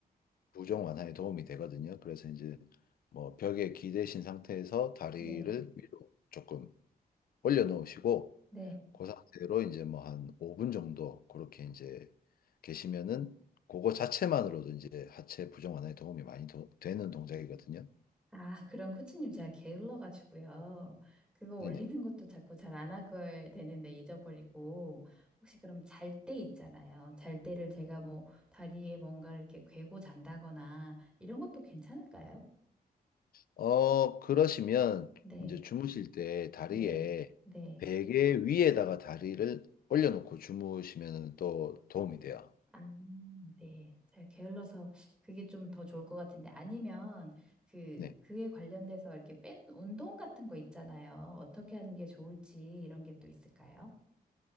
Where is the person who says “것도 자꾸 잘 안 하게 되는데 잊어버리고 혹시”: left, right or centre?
Centre